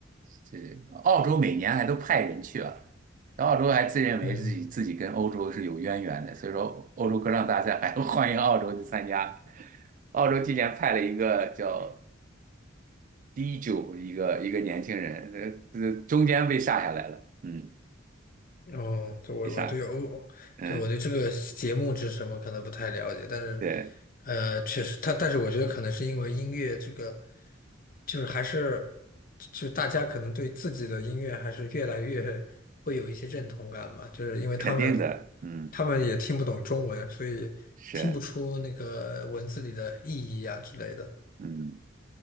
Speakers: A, on the right (about 40°); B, on the left (about 45°).
A: 这澳洲每年还都派人去啊。然后澳洲还自认为自己自己跟欧洲是有渊源的，
B: 嗯，
A: 所以说欧洲歌唱大赛还欢迎澳洲去参加。澳洲今年派了一个叫低就一个一个年轻人，呃，呃中间被杀下来了，嗯，
B: 哦，对，我我对哦，
A: 被杀，嗯，
B: 对我对这个节目是什么可能不太了解，但是
A: 对，
B: 呃，确实，他但是我觉得可能是因为音乐这个就是还是就大家可能对自己的音乐还是越来越会有一些认同感吧，就是因为他们
A: 肯定的，嗯，
B: 他们也听不懂中文，所以听不出那个文字里的意义啊之类的。
A: 是，嗯，